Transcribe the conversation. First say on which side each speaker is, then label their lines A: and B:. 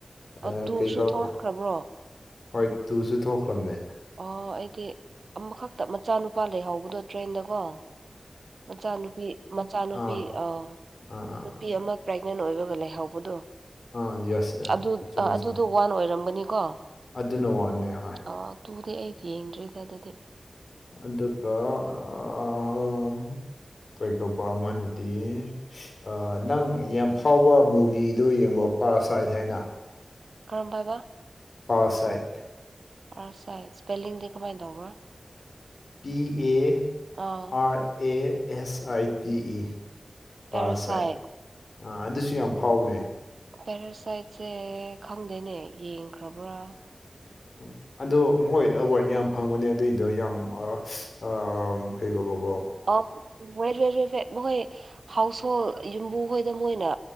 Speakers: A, on the right; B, on the left.
A: ꯑꯣ
B: ꯑ
A: ꯇꯨꯁꯨ
B: ꯀꯩ ꯀꯧꯕ
A: ꯊꯣꯛꯂꯛꯈ꯭ꯔꯕ꯭ꯔꯣ
B: ꯍꯣꯏ ꯇꯨꯁꯨ ꯊꯣꯛꯈ꯭ꯔꯝꯅꯦ
A: ꯑꯣ ꯑꯩꯗꯤ ꯑꯃꯈꯛꯇ ꯃꯆꯥꯅꯨꯄꯥ ꯂꯩꯍꯧꯕꯗꯣ ꯇ꯭ꯔꯦꯟꯗꯀꯣ ꯃꯆꯥꯅꯨꯄꯤ ꯃꯆꯥꯅꯨꯄꯤ
B: ꯑꯥ
A: ꯑ
B: ꯑꯥ ꯑꯥ
A: ꯅꯨꯄꯤ ꯑꯃ ꯄ꯭ꯔꯦꯛꯅꯦꯟ ꯑꯣꯏꯔꯒ ꯂꯩꯍꯧꯕꯗꯣ
B: ꯑꯥ ꯌꯦꯁ ꯌꯦꯁ
A: ꯑꯗꯨ
B: ꯆꯨꯝꯃꯦ
A: ꯑꯗꯨꯗꯣ
B: ꯆꯨꯝꯃꯦ
A: ꯋꯥꯟ ꯑꯣꯏꯔꯝꯒꯅꯤꯀꯣ
B: ꯑꯗꯨꯅ ꯋꯥꯟꯅꯦ ꯍꯣꯏ
A: ꯑꫭ ꯇꯨꯗꯤ ꯑꯩ ꯌꯦꯡꯗ꯭ꯔꯤꯗ ꯑꯗꯨꯗꯤ
B: ꯑꯗꯨꯒ ꯑꯥꯝ ꯀꯩ‌ ꯀꯧꯕ ꯑꯃꯅꯗꯤ ꯑ ꯅꯪ ꯌꯥꯝ ꯐꯥꯎꯕ ꯃꯨꯚꯤꯗꯨ ꯌꯦꯡꯕ꯭ꯔꫭ ꯄꯥꯔ ꯁꯥꯏꯠ ꯍꯥꯏꯅ
A: ꯀꯔꯝꯕꯕ
B: ꯄꯥꯔ ꯁꯥꯏꯠ
A: ꯄꯥꯔ ꯁꯥꯏꯁ ꯏꯁꯄꯦꯂꯤꯡꯗꯤ ꯀꯝꯃꯥꯏ ꯇꯧꯕ꯭ꯔ
B: ꯄꯤ ꯑꯦ
A: ꯑꯥ
B: R A S I T E ꯄꯥꯔ
A: parasite
B: ꯁꯥꯏꯠ ꯑꯥ ꯑꯗꯨꯁꯨ ꯌꯥꯝ ꯐꯥꯎꯕꯅꯦ
A: ꯄꯦꯔꯥꯁꯥꯏꯠꯁꯦ ꯈꯪꯗꯦꯅꯦ ꯌꯦꯡꯈ꯭ꯔꯕ꯭ꯔ
B: <inaudible> ꯑꯗꯣ ꯃꯣꯏ ꯑꯋꯥꯔꯗ ꯌꯥꯝ ꯐꯪꯕꯅꯦ ꯑꯗꯨꯏꯗꯣ ꯌꯥꯝ ꯑꯥ ꯑꯥ ꯐꯩꯕꯀꯣ
A: ꯑꯧ ꯋꯦꯠ <unintelligible> ꯃꯈ‌ꯣꯏ ꯍꯥꯎꯁꯍꯣꯜ ꯌꯨꯝꯕꯨ ꯍꯣꯏꯗ ꯃꯣꯏꯅ